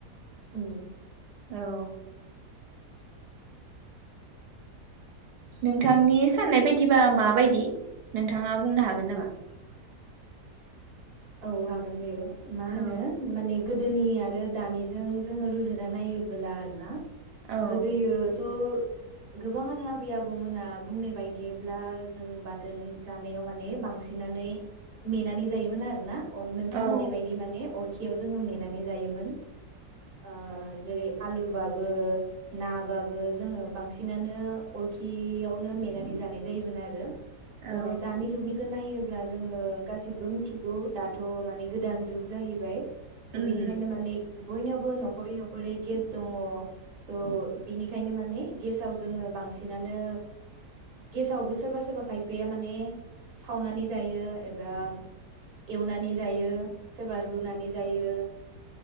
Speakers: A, on the right; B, on the right.
A: उ
B: औ नोंथांनि साननाय बायदिबा माबायदि नोंथाङा बुंनो हागोन नामा
A: औ हागोन दे मा होनो
B: औ
A: माने गोदोनि आरो दानिजों जोङो रुजुना नायोबोला आरो ना
B: औ
A: गोदोयोथ' गोबाङानो आबै आबौमोना बुंनाय बायदिब्ला जों बाथोन जानायाव माने बांसिननानै मेनानै जायोमोन आरो ना अ नोंथां
B: औ
A: होननाय बायदि माने अर खियाव जोङो मेनानै जायोमोन ओ जेरै आलुबाबो नाबाबो जोङो बांसिनानो अरखियावनो मेनानै जानाय जायोमोन आरो त
B: औ
A: दानिनि जुगनि नायोब्ला जोङो गासिबो मिथि गौ दाथ' माने गोदान जुग जाहैबाय त'
B: उम
A: बेनिखायनो माने बयनावबो न'खरै न'खरै गेस दङ थ' बिनिखायनो माने गेसाव जोङो बांसिनानो गेसावबो सोरबा सोरबा खायफाया माने सावनानै जायो एबा एवनानै जायो सोरबा रुनानै जायो